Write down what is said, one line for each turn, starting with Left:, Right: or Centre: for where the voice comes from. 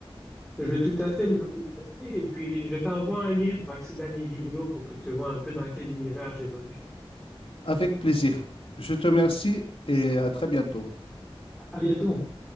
Centre: Je vais tout à fait l'apporter et puis je t'envoie un lien pour accéder à mes vidéos pour que tu vois un peu dans quel univers j'évolue.
Left: Avec plaisir. Je te remercie et à très bientôt.
Centre: À bientôt.